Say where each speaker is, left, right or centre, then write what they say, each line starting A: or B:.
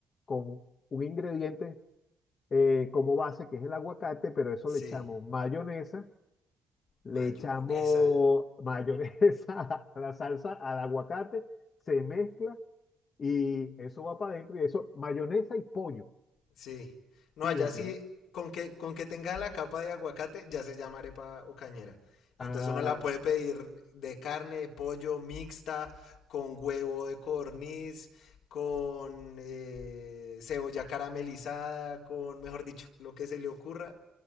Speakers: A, on the left; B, on the left.
A: con un ingrediente eh, como base, que es el aguacate, pero eso
B: Sí,
A: le echamos mayonesa, le
B: mayonesa.
A: echamos mayonesa <laughs> a la salsa, al aguacate, se mezcla y eso va para adentro y eso, mayonesa y pollo,
B: Sí. No,
A: fíjate.
B: allá sí, con que, con que tenga la capa de aguacate, ya se llama arepa o cañera. Y
A: Ah,
B: entonces uno la puede pedir de carne, de pollo, mixta, con huevo de codorniz, con eh, cebolla caramelizada, con, mejor dicho, lo que se le ocurra.